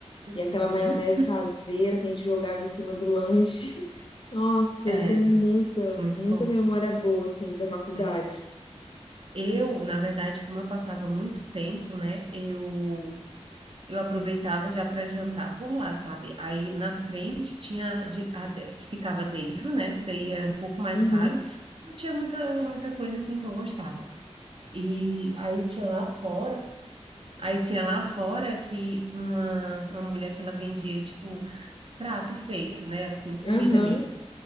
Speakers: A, on the right (about 55°); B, on the left (about 50°).
A: Uhum.
B: E aquela maionese caseira que a gente jogava em cima do lanche. <laughs> Nossa,
A: É,
B: eu tenho muita,
A: muito
B: muita
A: bom,
B: memória
A: né?
B: boa, assim, da faculdade.
A: É, Eu, na verdade, como eu passava muito tempo, né, eu eu aproveitava já para jantar por lá, sabe? Aí na frente tinha de- a de- que ficava dentro, né, que daí era um pouco mais
B: Uhum,
A: caro. Não tinha muita muita coisa assim que eu gostava. E aí tinha lá fora, aí tinha lá fora que uma uma mulher que ela vendia tipo prato feito, né, assim, comida
B: aham,
A: mesmo